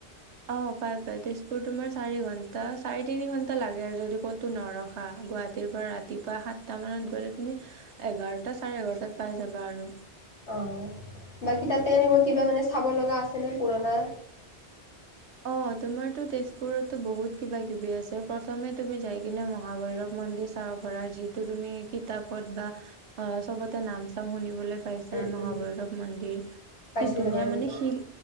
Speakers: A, on the right (about 80°); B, on the left (about 75°).
A: অ', পাই তেজপুৰ তোমাৰ চাৰি ঘন্টা চাৰি তিনি ঘন্টা লাগে আৰু যদি ক'তো নৰখা গুৱাহাটীৰ পৰা ৰাতি। ৰাতিপুৱা সাতটা মানত গলে তুমি এঘাৰটা চাৰে এঘাৰটাত পাই যাবা আৰু।
B: অ বাকী তাতে এনেকুৱা কিবা মানে চাব লগা আছে নে পুৰণা।
A: অ তোমাৰতো তেজপুৰতো বহুত কিবা কিবি আছে প্ৰথমে তুমি যাই কিনে মহাভৈৰৱ। মন্দিৰ চাব পাৰা যিটো তুমি কিতাপ ত বা চব তে নাম চাম শুনিবলৈ। পাইছাই
B: উম
A: মহাভৈৰৱ
B: উম
A: মন্দিৰ কি
B: পাইছিলোঁ
A: ধুনীয়া
B: বাৰু এইটো
A: মানে শিল